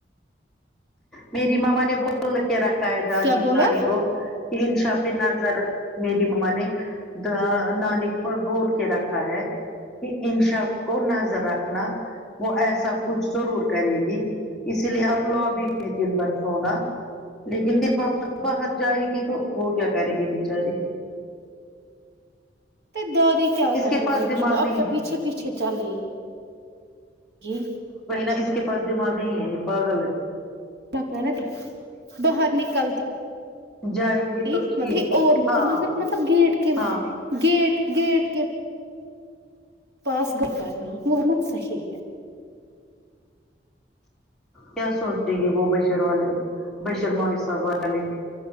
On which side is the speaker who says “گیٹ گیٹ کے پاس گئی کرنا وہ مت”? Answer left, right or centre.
Right